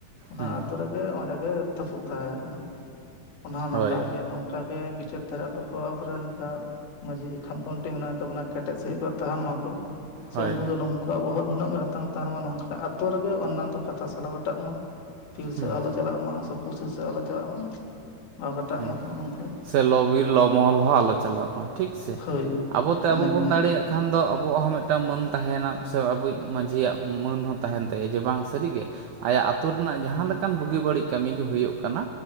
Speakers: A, on the left; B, on the right.
A: ᱚᱱᱟ
B: ᱦᱳᱭ
A: ᱟᱛᱩ ᱨᱮᱜᱮ ᱚᱸᱰᱮᱜᱮ ᱛᱟᱹᱯᱩᱜ ᱛᱟᱦᱮᱸ ᱠᱟᱱᱟ ᱚᱱᱟ ᱦᱚᱸ
B: ᱦᱳᱭ
A: ᱱᱟᱯᱟᱭ ᱜᱮ ᱱᱚᱝᱠᱟ ᱱᱚᱝᱠᱟ ᱜᱮ ᱵᱤᱪᱟᱹᱨ ᱫᱷᱷᱟᱨᱟ ᱠᱚ ᱟᱵᱚᱨᱮᱱ ᱡᱟᱦᱟᱸ ᱢᱟᱹᱡᱷᱤ ᱠᱷᱟᱢᱠᱷᱩᱱᱴᱤ ᱢᱮᱱᱟᱭ ᱛᱟᱵᱚᱱᱟ ᱠᱮᱴᱮᱡ ᱥᱟᱺᱦᱤᱡ ᱠᱚ ᱛᱟᱦᱮᱱ ᱢᱟᱠᱚ ᱥᱮ
B: ᱦᱳᱭ
A: ᱩᱱᱠᱩ ᱜᱮ ᱱᱚᱝ ᱩᱱᱠᱩᱣᱟᱜ ᱵᱚᱦᱚᱜ ᱱᱩᱱᱟᱹᱜ ᱜᱮ ᱦᱟᱛᱟᱝ ᱛᱟᱦᱮᱱ ᱢᱟ ᱱᱚᱝᱠᱟ ᱟᱛᱳ ᱨᱮᱜᱮ ᱚᱱᱟᱱ ᱫᱚ ᱠᱟᱛᱷᱟ ᱥᱟᱞ ᱜᱚᱴᱟᱜ ᱢᱟ ᱯᱷᱤᱨ
B: ᱦᱩᱸ
A: ᱥᱮ ᱟᱞᱪᱚ ᱪᱟᱞᱟᱜ ᱢᱟ ᱥᱮ ᱯᱩᱲᱥᱤ ᱥᱮᱫ ᱟᱞᱚ ᱪᱟᱞᱟᱜ ᱢᱟ ᱟᱨ ᱜᱚᱴᱟᱜ
B: ᱦᱩᱸ
A: ᱢᱟ ᱜᱚᱢᱠᱮ
B: ᱥᱮ ᱞᱚᱼ ᱵᱤᱨ ᱞᱚ ᱢᱚᱦᱚᱞ ᱦᱚᱸ ᱟᱞᱚ ᱪᱟᱞᱟᱜ ᱢᱟ ᱴᱷᱤᱠ ᱥᱮ
A: ᱦᱳᱭ
B: ᱟᱵᱚᱛᱮ
A: ᱤᱱᱟᱹᱜᱮ
B: ᱟᱵᱚ ᱵᱚᱱ
A: ᱦᱟᱸᱜ
B: ᱫᱟᱲᱮᱭᱟᱜ ᱠᱟᱱᱟ ᱮᱠᱷᱟᱱ ᱫᱚ ᱟᱵᱚᱣᱟᱜ ᱦᱚᱸ ᱢᱤᱫᱴᱟᱝ ᱢᱟᱹᱱ ᱛᱟᱦᱮᱱᱟ ᱥᱮ ᱟᱵᱚᱭᱤᱡ ᱢᱟᱺᱡᱷᱤᱭᱟᱜ ᱢᱟᱹᱱ ᱦᱚᱸ ᱛᱟᱦᱮᱱ ᱛᱟᱭᱟ ᱡᱮ ᱵᱟᱝ ᱥᱟᱹᱨᱤᱜᱮ ᱟᱭᱟᱜ ᱟᱹᱛᱩ ᱨᱮᱱᱟᱜ ᱡᱟᱦᱟᱸ ᱞᱮᱠᱟᱱ ᱵᱩᱜᱤ ᱵᱟᱹᱲᱤᱡ ᱠᱟᱹᱢᱤ ᱜᱮ ᱦᱩᱭᱩᱜ ᱠᱟᱱᱟ